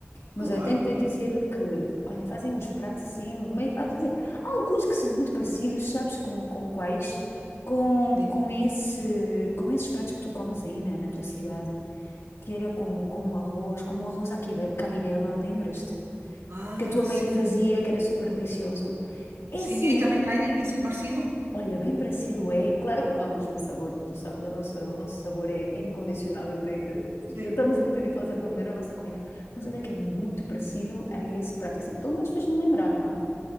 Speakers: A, on the left; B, on the right.
A: Mas
B: Claro,
A: olha, tenho-te a dizer que, olha, fazem uns pratos assim, meio, ah, quer dizer, há alguns que são muito parecidos, sabes, com, com quais? Com,
B: diz.
A: com esse, com esses pratos que tu comes aí na, na tua cidade, que era com, com um arroz, como um arroz à quibe- cabidela, lembras-te?
B: Ah,
A: Que a tua mãe
B: sim,
A: fazia, que era super delicioso. É
B: sim.
A: assim,
B: Aí também têm assim parecido?
A: Olha, bem parecido é. Claro que não é o mesmo sabor, tu sabes, o nosso, o nosso sabor é, é incondicional. Eu creio que
B: Sim.
A: estamos muito habituados a comer a nossa comida, mas olha que é muito parecido a esse prato. Assim, pelo menos fez-me lembrar, não?